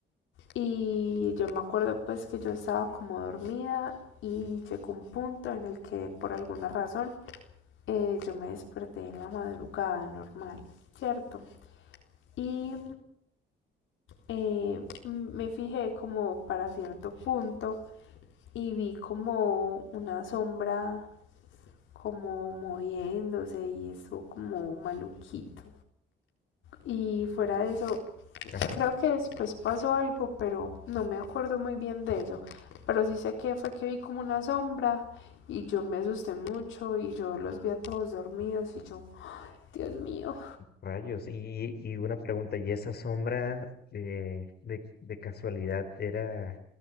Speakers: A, on the left; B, on the left.
A: Y yo me acuerdo pues que yo estaba como dormida y llegó un punto en el que por alguna razón eh, yo me desperté en la madrugada normal, ¿cierto? Y eh, me fijé como para cierto punto y vi como una sombra como moviéndose y estuvo como maluquito. Y fuera de eso
B: Ajá.
A: Creo que después pasó algo, pero no me acuerdo muy bien de eso. Pero sí sé que fue que vi como una sombra y yo me asusté mucho y yo los vi a todos dormidos y yo, Dios mío.
B: Rayos, y, y una pregunta, ¿y esa sombra eh, de, de casualidad era,